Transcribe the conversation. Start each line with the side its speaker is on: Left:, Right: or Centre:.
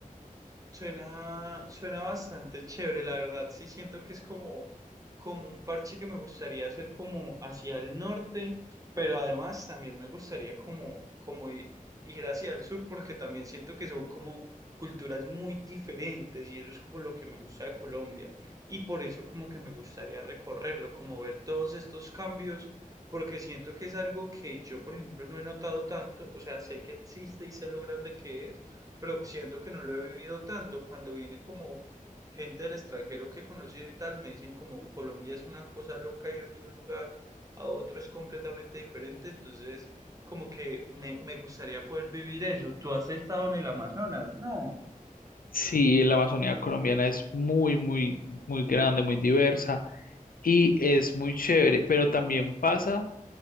Right: Suena, suena bastante chévere, la verdad. Sí, siento que es como, como un parche que me gustaría hacer como hacia el norte, pero además también me gustaría como, como i- ir hacia el sur, porque también siento que son como culturas muy diferentes y eso es como lo que me gusta de Colombia. Y por eso como que me gustaría recorrerlo, como ver todos estos cambios, porque siento que es algo que yo, por ejemplo, no he notado tanto, o sea, sé que existe y sé lo grande que es pero siento que no lo he vivido tanto. Cuando viene como gente del extranjero que he conocido y tal, me dicen como Colombia es una cosa loca ir de un lugar a otro es completamente diferente. Entonces, como que me, me gustaría poder vivir eso. Tú has estado en el Amazonas, ¿no?
Left: Sí, la Amazonía colombiana es muy, muy, muy grande, muy diversa y es muy chévere, pero también pasa